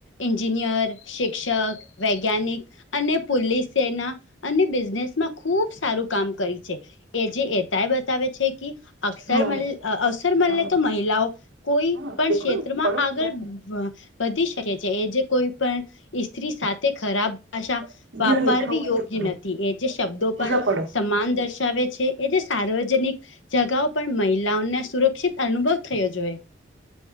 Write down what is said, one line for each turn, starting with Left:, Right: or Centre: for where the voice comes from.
Left: એન્જિનિયર, શિક્ષક, વૈજ્ઞાનિક. અને પુલીસ સેના અને બિઝનેસમાં ખુબ સારું કામ કરી છે. એ જે એ તાય બતાવે છે કે અક્ષર
Right: હા
Left: મલ અ અવસર મલે
Right: હા
Left: તો મહી લાઓ કોઈ
Right: હા
Left: પણ
Right: દેખો
Left: ક્ષેત્રમાં
Right: પઢો
Left: આગળ
Right: ક્યા
Left: અ વધી શકે છે. એ જે કોઈ પણ ઈ સ્ત્રી સાથે ખરાબ ભાષા
Right: હે
Left: વાપારવી
Right: યહ લિખા હુઆ
Left: યોગ્ય
Right: હે તો પઢો
Left: નથી. એ જે શબ્દો પણ
Right: પૂરા પઢો.
Left: સમાન દર્શ શાવે છે એ જે સાર્વજનિક જગાઓ પણ મહિલાઓને સુરક્ષિત અનુભવ થયો જોએ.